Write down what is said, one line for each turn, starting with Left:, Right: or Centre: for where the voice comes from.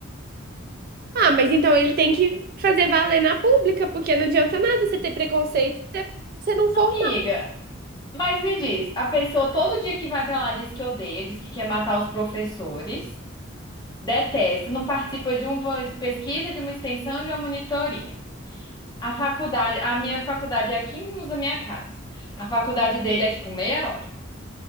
Right: Ah, mas então ele tem que fazer valer na pública, porque não adianta nada você ter preconceito se você você não formar.
Left: Amiga, mas me diz, a pessoa todo dia que vai pra lá diz que odeia, diz que quer matar os professores, detesta, não participa de uma pesquisa, de uma extensão, de uma monitoria. A faculdade, a minha faculdade é a 15 minutos da minha casa. A faculdade dele é tipo meia hora.